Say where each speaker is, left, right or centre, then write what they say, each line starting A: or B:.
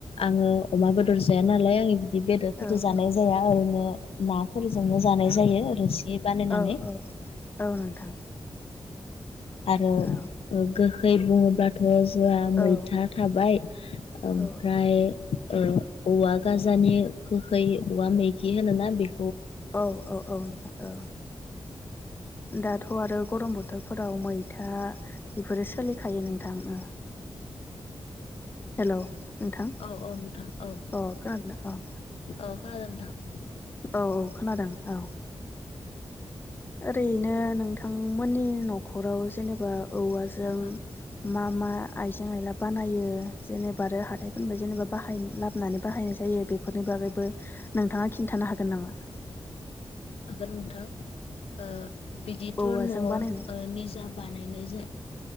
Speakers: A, on the left (about 80°); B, on the left (about 20°).
A: आङो अमा बेदर जाया नालाय आंनि बिदि बेदरफोरजों
B: औ
A: जानाय जाया ओरैनो नाफोरजोंनो जानाय जायो रोसि बानायनानै
B: औ औ औ नोंथां।
A: आरो
B: औ
A: ओ गोखै बुङोब्लाथ' जआ मैथा
B: औ
A: थाबाय ओमफ्राय
B: औ
A: ओ औवा गाजानि गोखै औवा मैगि होनोना बे
B: औ औ औ ओ दाथ' आरो गरम बोथोरफोराव मैथा बेफोरो सोलिखायो नोंथां ओ हेल' नोंथां अ
A: औ औ नोंथां औ
B: खोनादोंना औ
A: औ खोनादों नोंथां
B: औ औ खोनादों औ ओरैनो नोंथांमोननि न'खराव जेनेबा औवाजों
A: औ
B: मा मा आइजें आइला बानायो जेनेबा आरो हाथायफोरनिफफ्राय जेनेबा बाहाय लाबोनानै बाहायनाय जायो। बेफोरनि बागैबो नोंथाङा खिन्थानो हागोन नामा?
A: हागोन नोंथां ओ बिदिथ'
B: औवाजों
A: न'आव ओ
B: बानायनाय
A: निजा बानायनाय जे